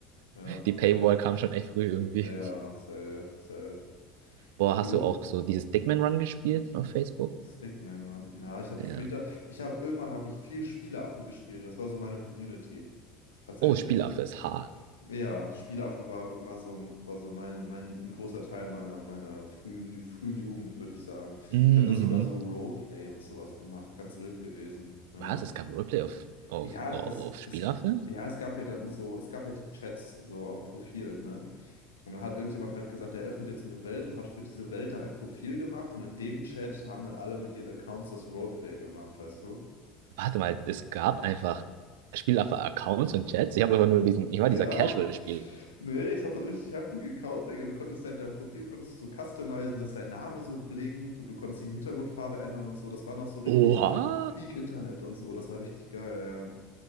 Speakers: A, on the left; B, on the right.
A: Ja,
B: Die Paywall kam schon echt früh irgendwie.
A: ja, safe, safe.
B: Boah, hast
A: Du?
B: du auch so dieses Dickman Run gespielt auf Facebook?
A: Stickman Run. Na, ich habe
B: Ja.
A: später, ich habe irgendwann habe ich viel Spieleaffe gespielt. Das war so meine Community. Tatsächlich.
B: Oh, Spielaffe ist hart.
A: Ja, Spieleaffe war, war so, war so mein, mein, ein großer Teil meiner, meiner frühen, frühen Jugend, würde ich sagen.
B: Mhm.
A: Ich habe da sogar so Roleplay und sowas gemacht. Ganz wild gewesen. Ja.
B: Was? Es gab Roleplay auf, auf,
A: Ja,
B: auf
A: es,
B: Spielaffe?
A: es, ja, es gab ja dann so, es gab ja die Chats so auf Profilen, ne? Und dann hat irgendjemand halt gesagt, der öffnet jetzt so eine Welt und hat für diese Welt dann ein Profil gemacht und in dem Chat haben dann alle mit ihren Accounts das Roleplay gemacht, weißt du?
B: Warte mal, es gab einfach Spielaffe-Accounts und Chats. Ich habe einfach nur diesen, ich war
A: Ja?
B: dieser Casual-Spiel.
A: Nee, ich hatte einen richtig heftigen Account, Digga. Du konntest dein, dein Profil konntest du so customizen, dass dein Name so blinkt und du konntest die Hintergrundfarbe ändern und so. Das war noch so richtig
B: Oha!
A: Peak Internet und so. Das war richtig geil, ja.